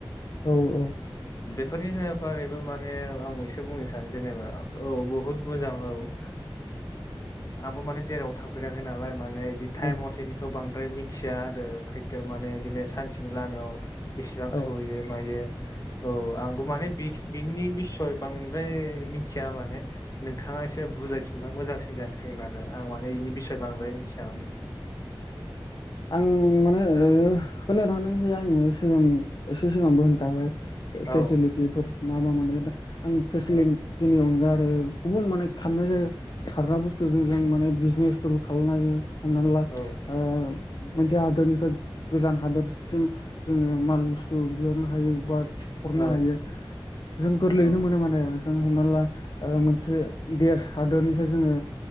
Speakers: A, on the left (about 55°); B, on the left (about 40°).
A: औ औ।
B: बेफोरनि बारैबो माने आंबो एसे बुंनो सानो जेनेबा औ बहुत मोजां औ। ओ आंबो माने जेराव थांफेराखै नालाय माने इदि थाइम
A: औ
B: मथेनि बांद्राय मिथिया आरो खैथायाव माने इदिनो सानसेनि लामायाव बेसेबां
A: औ
B: सहैयो मायो। औ आंबो माने बिख बिनि बिसय बांद्राय मिथिया माने नोंथाङा ङा एसे बुजायफिनबा मोजांसिन जासिगोन आरो आं माने इनि बिसय बांद्राय मिथिया माने।
A: आं मानो <unintelligible> होननो थांदों जे आङो सिगां एसे सिगांबो होनखाबाय।
B: औ
A: फेसिलिटिफोर मा मा मोनो दा, आं फेसिलिटिनि
B: औ
A: अनगा ओ गुबुन माने खारनाय जायो, खारग्रा बुस्थुजों जों माने बिजनेसफोरबो खालामनाय हमना ला,
B: औ
A: ओ मोनसे हादोरनिफ्राय गोजान हादोरसिम जोङो माल बुस्थु बिहरनो हायो बा हरनो
B: औ
A: हायो। जों गोरलैयैनो
B: औ
A: मोनो माने। जों हमना ला ओ मोनसे देस हादोरनिफ्राय जोङो